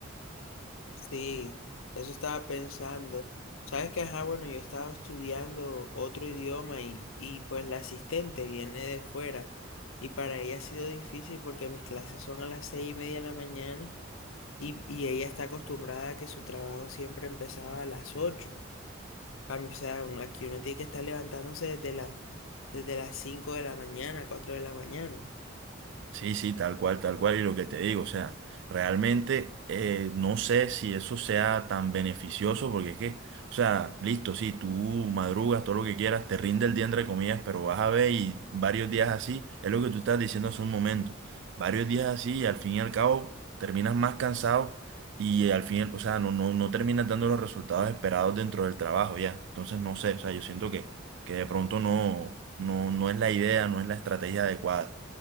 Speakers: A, on the left; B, on the right.
A: Sí, eso estaba pensando. Sabes que, ajá, bueno, yo estaba estudiando otro idioma y, y pues la asistente viene de fuera y para ella ha sido difícil porque mis clases son a las seis y media de la mañana y, y ella está acostumbrada a que su trabajo siempre empezaba a las ocho. Cambio, o sea, uno- aquí uno tiene que estar levantándose desde la, desde las 5 de la mañana, 4 de la mañana.
B: Sí, sí, tal cual, tal cual, y lo que te digo, o sea, realmente eh, no sé si eso sea tan beneficioso, porque es que, o sea, listo, sí, tú madrugas todo lo que quieras, te rinde el día entre comillas, pero vas a ver y varios días así, es lo que tú estás diciendo hace un momento, varios días así y al fin y al cabo terminas más cansado y al fin, o sea, no, no, no terminas dando los resultados esperados dentro del trabajo ya, entonces no sé, o sea, yo siento que, que de pronto no, no, no es la idea, no es la estrategia adecuada.